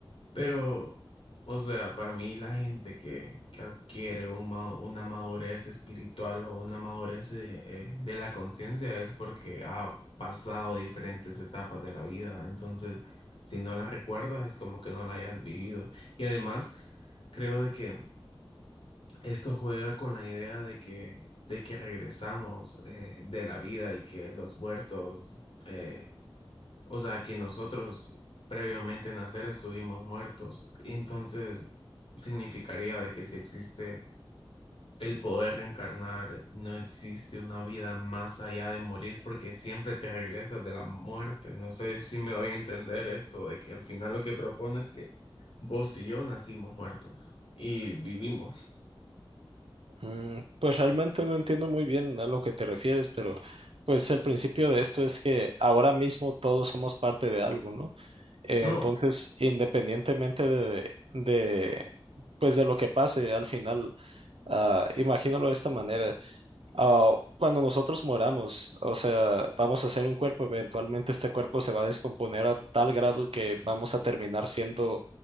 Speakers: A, on the left; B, on the right.
A: Pero, o sea, para mí la gente que, que adquiere un ma- una madurez espiritual o una madurez eh, eh, de la conciencia es porque ha pasado diferentes etapas de la vida. Entonces, si no la recuerdas, es como que no la hayas vivido. Y además, creo de que Esto juega con la idea de que, de que regresamos eh, de la vida y que los muertos, eh, o sea, que nosotros previamente nacer estuvimos muertos. Entonces, significaría de que si existe el poder reencarnar, no existe una vida más allá de morir porque siempre te regresas de la muerte. No sé si me voy a entender esto, de que al final lo que propone es que vos y yo nacimos muertos y vivimos.
B: Mm, pues realmente no entiendo muy bien a lo que te refieres, pero pues el principio de esto es que ahora mismo todos somos parte de algo, ¿no? Eh,
A: No.
B: entonces, independientemente de, de, pues de lo que pase al final, ah, imagínalo de esta manera. ah, cuando nosotros moramos, o sea, vamos a ser un cuerpo, eventualmente este cuerpo se va a descomponer a tal grado que vamos a terminar siendo